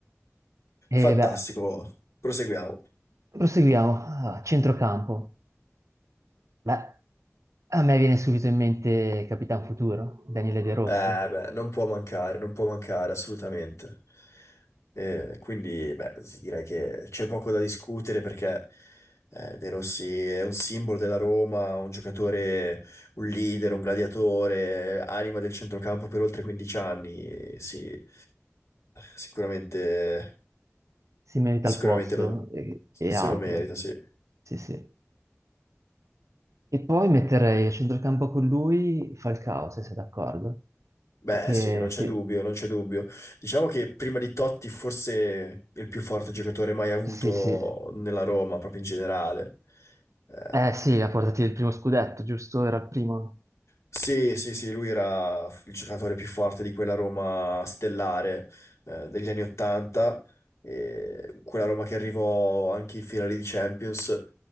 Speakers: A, on the right; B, on the left.
A: E
B: Fantastico,
A: beh,
B: proseguiamo.
A: proseguiamo. Allora, centrocampo. Beh, a me viene subito in mente Capitan Futuro, Daniele De Rossi.
B: Eh, beh, non può mancare, non può mancare assolutamente. Eh, quindi, beh, s- direi che c'è poco da discutere perché eh, De Rossi è un simbolo della Roma, un giocatore, un leader, un gladiatore, anima del centrocampo per oltre 15 anni. e Sì, eh, sicuramente,
A: Si merita
B: sicuramente
A: il posto
B: lo-
A: e, e
B: se
A: altro.
B: lo merita, sì.
A: Sì, sì. E poi metterei a centrocampo con lui Falcao, se sei d'accordo.
B: Beh,
A: Che
B: sì, non c'è
A: sì.
B: dubbio, non c'è dubbio. Diciamo che prima di Totti forse il più forte giocatore mai avuto
A: Sì, sì.
B: nella Roma, proprio in generale. Eh,
A: Eh sì, ha portato il primo scudetto, giusto? Era il primo?
B: sì, sì, sì, lui era il giocatore più forte di quella Roma stellare, eh, degli anni Ottanta, e quella Roma che arrivò anche in finale di Champions,